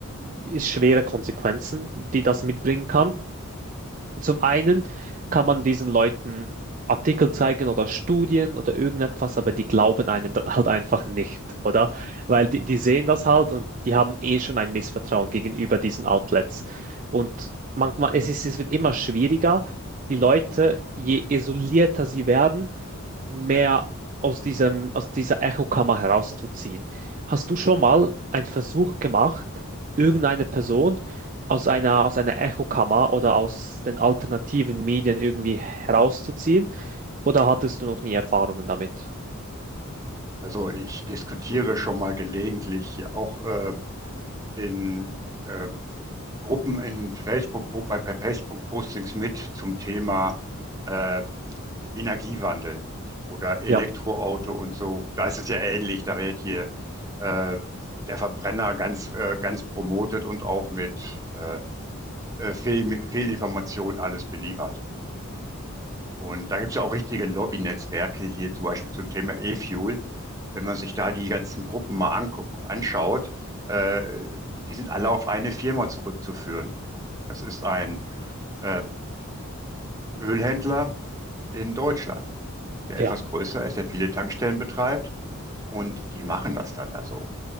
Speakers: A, on the right; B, on the right.
A: ist schwere Konsequenzen, die das mitbringen kann. Zum einen kann man diesen Leuten Artikel zeigen oder Studien oder irgendetwas, aber die glauben einem dann halt einfach nicht, oder? Weil die, die sehen das halt und die haben eh schon ein Missvertrauen gegenüber diesen Outlets. Und manchmal, es ist, es wird immer schwieriger, die Leute, je isolierter sie werden, mehr aus diesem, aus dieser Echokammer herauszuziehen. Hast du schon mal einen Versuch gemacht, irgendeine Person aus einer, aus einer Echokammer oder aus den alternativen Medien irgendwie herauszuziehen? Oder hattest du noch nie Erfahrungen damit?
B: Also ich diskutiere schon mal gelegentlich auch äh, in äh, Gruppen in Facebook, bei bei Facebook-Postings mit zum Thema äh, Energiewandel oder Elektroauto
A: Ja,
B: und so. Da ist es ja ähnlich, da wird hier äh, der Verbrenner ganz, äh, ganz promotet und auch mit äh, äh, Fehl, Fehlinformationen alles beliefert. Und da gibt es ja auch richtige Lobby Netzwerke hier zum Beispiel zum Thema E-Fuel. Wenn man sich da die ganzen Gruppen mal anguckt, anschaut, äh, die sind alle auf eine Firma zurückzuführen. Das ist ein äh, Ölhändler in Deutschland, der
A: ja.
B: etwas größer ist, der viele Tankstellen betreibt und die machen das dann da so.